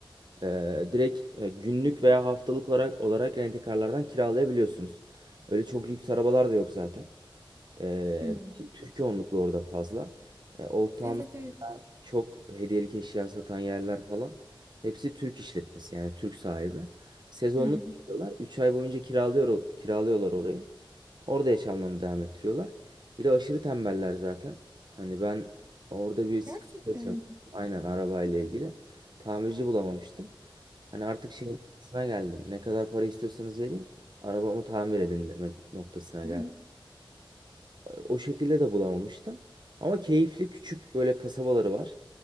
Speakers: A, on the right; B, on the right.
A: Ee, direkt e, günlük veya haftalık olarak, olarak rent-a-car'lardan kiralayabiliyorsunuz. Öyle çok lüks arabalar da yok zaten. Ee,
B: Hmm.
A: Türkiye onluklu orada fazla. Ee, Old Town
B: Evet evet.
A: çok hediyelik eşya satan yerler falan hepsi Türk işletmesi yani Türk sahibi. Sezonluk
B: Hı hı.
A: yapıyorlar. üç ay boyunca kiralıyor, kiralıyorlar orayı. Orada yaşamlarını devam ettiriyorlar. Bir de aşırı tembeller zaten. Hani ben orada bir sıkıntı
B: Gerçekten
A: yaşamıştım.
B: mi?
A: Aynen arabayla ilgili. Tamirci bulamamıştım. Hani artık şey noktasına geldim. Ne kadar para istiyorsanız vereyim. Arabamı tamir edin demek noktasına
B: <laughs>
A: geldim. O şekilde de bulamamıştım. Ama keyifli küçük böyle kasabaları var.